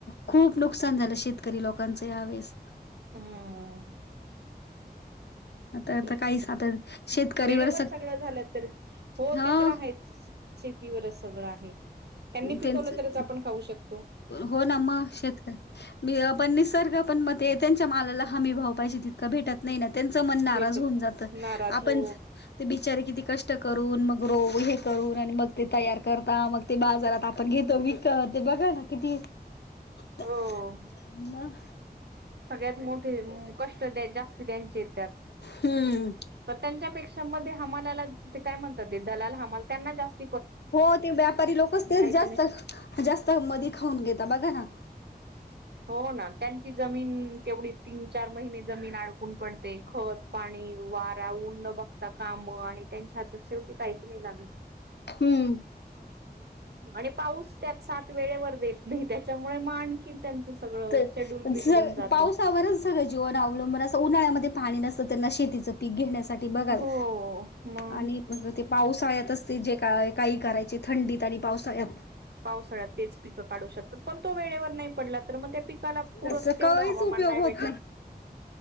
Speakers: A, on the left; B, on the right.
A: खूप नुकसान झालं शेतकरी लोकांचं यावेळेस
B: ह
A: आता आता
B: तेच
A: काहीच आता शेतकरीवर
B: वेळेवर सगळं झालं तर हो
A: ह
B: ते तर आहेच शेतीवरच सगळं आहे त्यांनी पिकवलं
A: त्यांच
B: तरच आपण खाऊ शकतो
A: हो ना मग शेतकरी मी पण निसर्ग पण म ते त्यांच्या मालाला हमी भाव पाहिजे तिथ भेटत नाही ना त्यांच मन नाराज
B: भेटत
A: होऊन जात
B: नाराज
A: आपण
B: हो
A: ते बिचारे किती कष्ट करून मग रो हे करून आणि मग ते तयार करता मग ते बाजारात आपण घेतो विकत ते बघा ना किती हा
B: हो.
A: म
B: सगळ्यात मोठे कष्ट त्या जास्ती त्यांचे आहेत त्यात
A: हम्म
B: तर त्यांच्या पेक्षा म ते हमालाला काय म्हणतात दलाल हमाल त्यांना जास्त
A: हो ते व्यापारी लोकच तेच जास्त
B: नाही
A: जास्त मधी खाऊन घेता बघा ना
B: हो ना त्यांची जमीन तेवढी तीन, चार महिने जमीन अडकून पडते खत पाणी वारा ऊन न बघता काम आणि त्यांच्या हातात शेवटी काहीच नाही लागत
A: हम्म
B: आणि पाऊस त्यात सात वेळेवर देत नाही त्याच्यामुळे म आणखी त्यांचं सगळं
A: तर
B: शेड्युल बिघडून
A: स
B: जातं
A: पावसावरच सगळं जीवन अवलंबून असं उन्हाळ्यामध्ये पाणी नसत ना शेतीच पीक घेण्यासाठी बघाल
B: हो मग
A: आणि मग ते पावसाळ्यातच ते जे काय काही करायचे थंडीत आणि पावसाळ्यात
B: पावसाळ्यात तेच पिकं काढू शकतात. पण तो वेळेवर नाही पडला तर मग त्या पिक त्याला पुरत
A: त्याचा
B: तेवढं
A: काहीच
B: हवामान
A: उपयोग
B: नाही
A: होत
B: भेटत